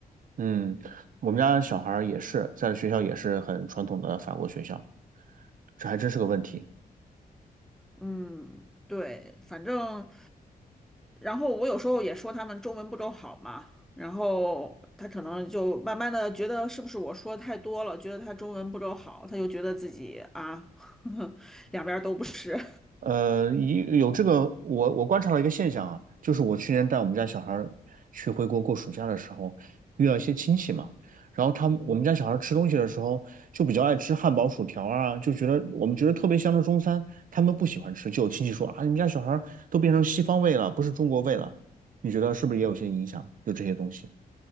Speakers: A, on the right (about 60°); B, in the centre.
A: 嗯，我们家小孩儿也是，在学校也是很传统的法国学校，这还真是个问题。
B: 嗯，对，反正，然后我有时候也说他们中文不够好嘛，然后他可能就慢慢的觉得是不是我说太多了，觉得他中文不够好，他就觉得自己啊，<laughs> 两边儿都不是。
A: 呃，一有这个，我我观察到一个现象啊，就是我去年带我们家小孩儿去回国过暑假的时候，遇到一些亲戚嘛，然后他们我们家小孩儿吃东西的时候就比较爱吃汉堡、薯条啊，就觉得我们觉得特别香的中餐，他们不喜欢吃，就有亲戚说啊，你们家小孩儿都变成西方味了，不是中国味了，你觉得是不是也有些影响？就这些东西，